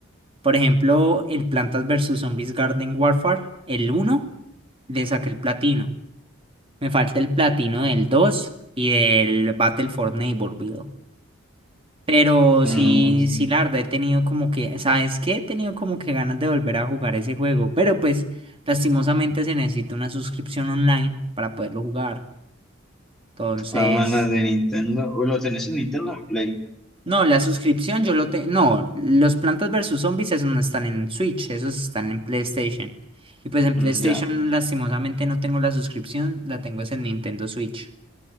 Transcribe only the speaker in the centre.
No,
Mm,
ah, las de Nintendo. Uy, ¿Lo tenés en Nintendo o en Play?
Mm,
ya.